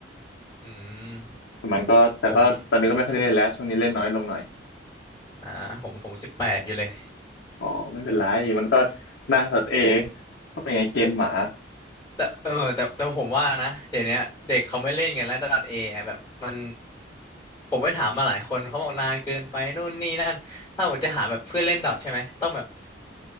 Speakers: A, on the left; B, on the left.
A: อืม
B: มันก็แต่ก็ตอนนี้ก็ไม่ค่อยได้เล่นแล้วช่วงนี้เล่นน้อยลงหน่อย
A: ผมอ่าผมผมสิบแปดอยู่เลย
B: อ๋อไม่เป็นไรมันก็นะดอทเอก็เป็นไงเกมหมา
A: แต่เออแต่แต่ผมว่านะเดี๋ยวเนี้ยเด็กเขาไม่เล่นกันแล้วดอทเอแบบมันผมไปถามมาหลายคนเขาบอกนานเกินไปนู่นนี่นั่นถ้าผมจะหาแบบเพื่อนเล่นดอทใช่ไหมต้องแบบ